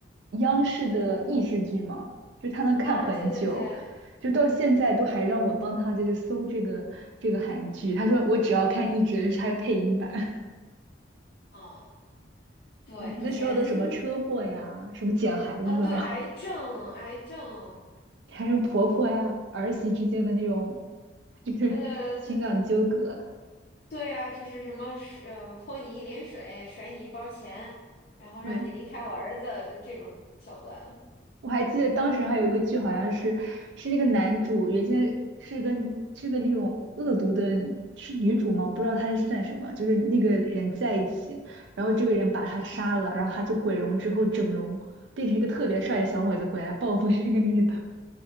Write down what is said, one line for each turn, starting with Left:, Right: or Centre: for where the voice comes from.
Right: 央视的益智剧嘛，就他能看很久，
Left: 啊！对对对。
Right: 就到现在都还让我帮他就是搜这个这个韩剧，他说我只要看益智的就是他配音版。
Left: 嗯，
Right: <laughs>
Left: 对，
Right: 对，那时候都什么车祸呀，
Left: 以前
Right: 什么捡孩子啊，
Left: 啊，对，癌症，癌症，
Right: <laughs> 还有婆婆呀、儿媳之间的那种 <laughs> 就是情感纠葛，
Left: 呃，对对对啊，就是什么是，呃，泼你一脸水，甩你一包钱，然后让你离开我儿子，
Right: 对。
Left: 就这种桥段。
Right: 我还记得当时还有一个剧，好像是是那个男主原先是个是个那种恶毒的，是女主吗？我不知道他是算什么，就是那个人在一起，然后这个人把他杀了，然后他就毁容之后整容，变成一个特别帅的小伙子回来报复这个女的。<laughs>